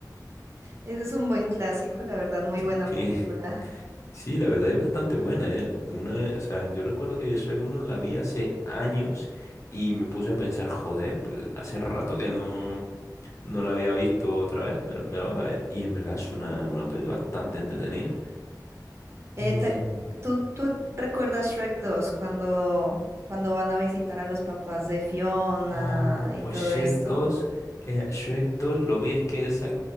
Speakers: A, on the right; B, on the left.
A: Ese es un buen clásico, la verdad, muy buena
B: <laughs>
A: película.
B: Sí, la verdad es bastante buena, ¿eh? Una, o sea, yo recuerdo que Shrek uno la vi hace años y me puse a pensar, joder, pues hace rato que no, no la había visto otra vez, me, me la voy a ver. Y en verdad es una, una peli bastante entretenida.
A: Eh,
B: Y,
A: te- ¿tú, tú recuerdas Shrek dos cuando, cuando van a visitar a los papás de Fiona
B: oh,
A: y
B: pues
A: todo
B: Shrek
A: esto?
B: dos, eh, Shrek dos lo vi es que es